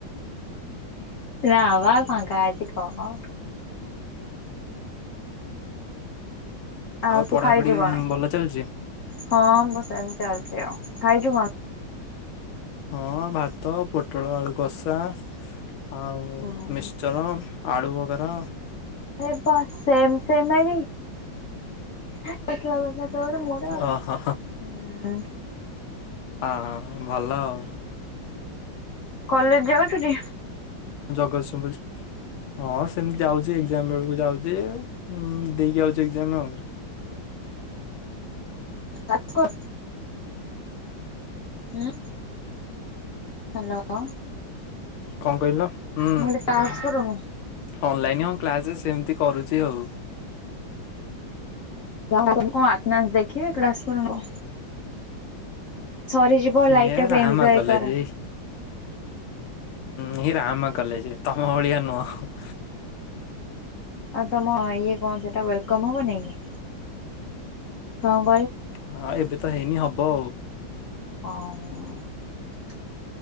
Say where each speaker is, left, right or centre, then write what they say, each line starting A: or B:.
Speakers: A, on the left; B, on the left.
A: ଆ ନାବା ଫାଙ୍କା ଅଛି କହୁନ? ଆଉ
B: ପଢାପଢି
A: ତୁ ଖାଇଛୁ କଣ?
B: ଭଲ ଚାଲିଛି?
A: ହଁ ବସ ଏମିତି ଚା ଚି ଆଉ। ଖାଇଛୁ କଣ?
B: ହଁ ଭାତ ପୋଟଳ ଆଳୁ କଷା ଆଉ
A: ହୁଁ
B: ମିକ୍ସଚର। ଆଳୁ ବଗାର
A: ଆରେ ବାଃ ସେମ୍ ସେମ ଆଜି। ପୋଟଳ କସା ତୋର ମୋର ଆଉ।
B: ଓହୋ
A: ହୁଁ।
B: ହଁ ଭଲ ଆଉ।
A: କଲେଜ ଯାଉଛୁ ଯେ
B: ଗରସିମୁଲ ହଁ ସେମିତି ଯାଉଛି ଏକ୍ଜାମ ବେଳକୁ ଯାଉଛି ଦେଇକି ଆଉଛି ଏକ୍ଜାମ ଆଉ।
A: ତାକ ହଁ। ହ୍ୟାଲୋ।
B: କଣ କହିଲ? ହୁଁ।
A: ମୁଁ କହିଲି କ୍ଲାସ କରୁନୁ
B: ଅନଲାଇନ ହଁ କ୍ଲାସ ସେମିତି କରୁଛି ଆଉ।
A: <inaudible> କଣ୍ ଆଟନାନ୍ସ ଦେଖିବି କ୍ଲାସ କର ସରିଯିବ ଲାଇଫ
B: ଇଏ
A: ଟାକୁ
B: ରାହାମା
A: ଏଞଜୟ
B: କଲେଜ
A: କର।
B: ଏଇ ହୁଁ ଏଇ ରାହାମା କଲେଜ ତମ ଭଳିଆ ନୁହଁ।
A: ଆଉ ତମ ଇଏ କଣ ସେଟା ୱେଲକମ ହବନି କି? ହଉ
B: ହଁ ଏବେ ତ ହେଇନି ହବ ଆଉ।
A: ହଁ।